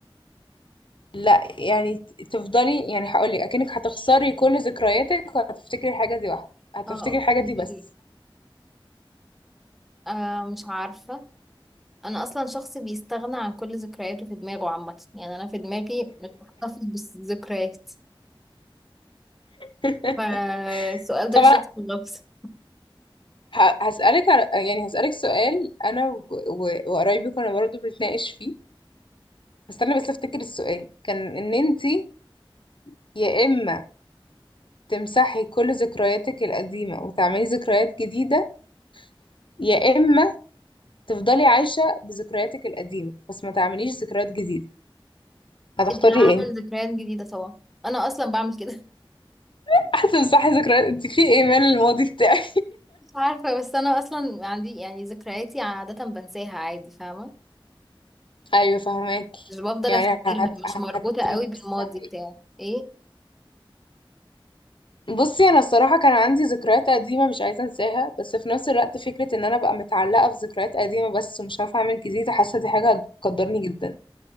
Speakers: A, on the left; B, in the centre.
A: لا يعني ت- تفضلي يعني هقولك اكنك هتخسري كل ذكرياتك وهتفتكري الحاجة دي واحدة هتفتكري
B: اه اوكي
A: الحاجة دي بس
B: آه مش عارفة أنا أصلا شخص بيستغنى عن كل ذكرياته في دماغه عامة يعني أنا في دماغي مش بحتفظ بالذكريات
A: <laughs>
B: فالسؤال ده
A: طبعا
B: للشخص النفسي
A: ه- هسألك على يعني هسألك سؤال انا و- و- وقرايبي كنا برضه بنتناقش فيه استنى بس افتكر السؤال كان ان انتي يا اما تمسحي كل ذكرياتك القديمة وتعملي ذكريات جديدة يا اما تفضلي عايشة بذكرياتك القديمة بس ما تعمليش ذكريات جديدة هتختاري
B: ايه ده أنا
A: ايه
B: هعمل ذكريات جديدة طبعا انا اصلا بعمل كده <laughs>
A: <laughs> هتمسحي ذكريات انت في ايمان الماضي بتاعي
B: مش عارفة بس انا اصلا عندي يعني ذكرياتي عادة بنساها عادي فاهمة
A: <laughs> ايوه فهماكي
B: مش بفضل
A: يعني
B: افتكرها
A: هت...
B: مش
A: هتمسحي
B: مربوطة قوي بالماضي بتاعي ايه
A: بصي انا الصراحه كان عندي ذكريات قديمه مش عايزه انساها بس في نفس الوقت فكره ان انا ابقى متعلقه في ذكريات قديمه بس مش عارفه اعمل جديد حاسه دي حاجه هتقدرني جدا